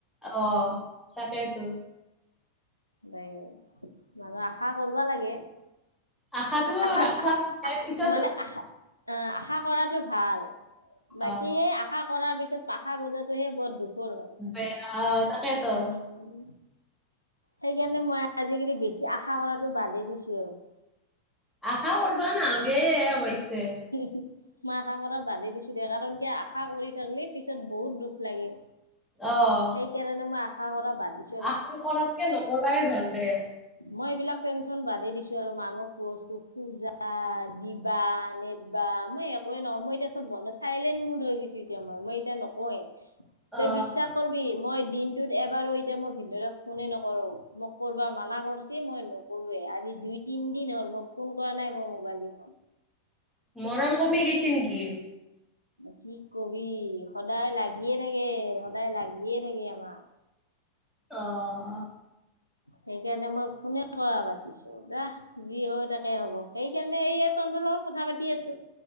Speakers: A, in the centre; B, on the left (about 90°).
A: অ', তাকেইতো।
B: বাই মানুহ আশা কৰবা লাগে।
A: আশাটো
B: আশা
A: ৰাখবা লাগে
B: আশা
A: পিছত
B: মানে আশা অ' আশা কৰাটো ভাল বাকি
A: অ
B: এ আশা কৰাৰ পিছত পাখা গজাটোহে বৰ দুখৰ হয়
A: বেয়া অ তাকেতো
B: উম, সেইকাৰণে মই আজিকালি বেছি আশা কৰাতো বাদেই দিছো আৰু।
A: আশা কৰবা নালগে অৱশ্য।
B: <inaudible> মই আশা কৰা বাদে দিছো দে কাৰণ কিয়া আশা কৰি থাকলে পিছত বহুত দুখ লাগে।
A: অ',
B: সেইকাৰণে মই আশা কৰা বাদ দিছোঁ।
A: আশা কৰাতকে নকৰাই ভাল দে।
B: মই এইবিলাক টেনচন বাদেই দিছোঁ আৰু মানুহক বস্তু খোজা দিবা নেদবা মই একোৱেই নহয় মই এতিয়া চব বন চাইলেণ্ট মুড হৈ গৈছোঁ এতিয়া মই, মই এতিয়া নকওঁৱেই। তে
A: অ
B: বিশ্বাস কৰবি মই দিনটোত এবাৰো এতিয়া মই ভিনদৈৰে ফোনে নকৰো মোক কৰবা মানা কৰছি মই নকৰুৱে আজি দুই তিন দিন হল মই ফোন কৰা নাই মোৰ মোবাইল দি
A: মৰম কমি গৈছে নেকি?
B: কি কবি সদায় লাগিয়ে থাকে সদায় লাগিয়ে থাকে আমাৰ
A: অ',
B: সেইকাৰণে মই ফোনে কৰা বাদ দিছোঁ যা, যি হয় তাকে হ'ব। সেইকাৰণে এই তন্তৰ লগত কথা পাতি আছোঁ।